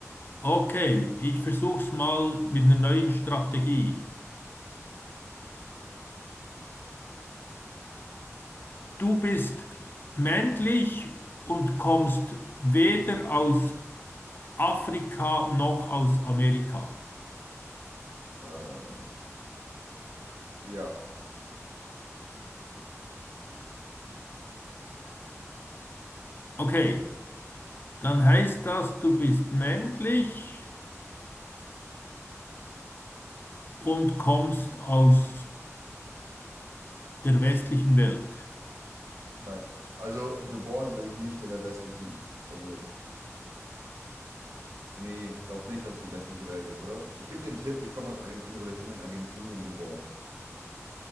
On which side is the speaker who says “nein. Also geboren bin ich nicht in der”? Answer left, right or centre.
Right